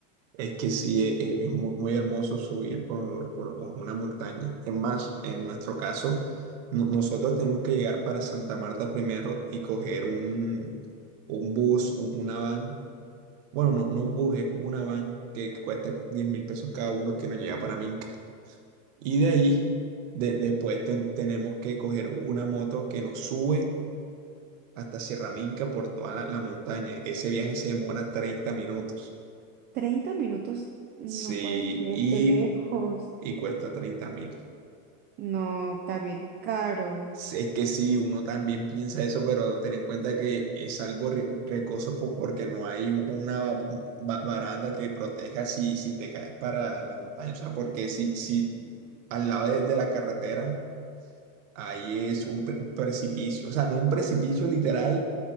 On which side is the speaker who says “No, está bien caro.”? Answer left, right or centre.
Right